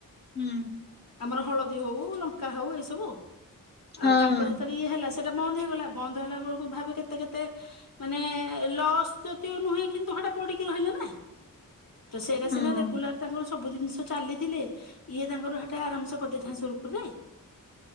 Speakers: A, on the left; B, on the left.
A: ହୁଁ।
B: ଆମର ହଳଦୀ ହଉ ଲଙ୍କା ହଉ ଏ ସବୁ
A: ହଁ
B: ଆଉ ତାଙ୍କ ଯେତେବେଳେ ଇଏ ହେଲା ସେଟା ବନ୍ଦ ହେଇଗଲା। ବନ୍ଦ ହେଲା ବେଳକୁ ଭାବେ କେତେ କେତେ ମାନେ ଲସ୍ ଯଦିଓ ନୁହେଁ କିନ୍ତୁ ହେଟା ପଡ଼ିକି ରହିଲା ନା ତ ସେଇଟା
A: ହଁ
B: ସିନା ରେଗୁଲାର ତାଙ୍କର ସବୁ ଜିନିଷ ଚାଲିଥିଲେ ଇଏ ତାଙ୍କର ସେଟା ଆରାମସେ କରିଦେଇଥାଏ ସୁରୁଖୁରୁରେ